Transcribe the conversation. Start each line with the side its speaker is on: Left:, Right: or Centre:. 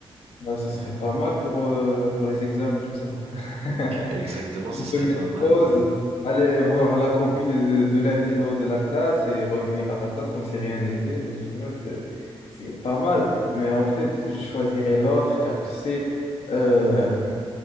Left: Ouais, ça serait pas mal pour, euh, pour les examens et tout ça. <laughs>
Right: Exactement,
Left: Tu
Right: Ça serait
Left: peux mettre
Right: pas mal.
Left: pause,
Right: Ouais,
Left: aller voir la copie de, de l'intello de la classe et revenir à ta place comme si rien n'était. Je vois, c'est, c'est pas mal. Mais en fait, je choisirais l'autre car tu sais, euh,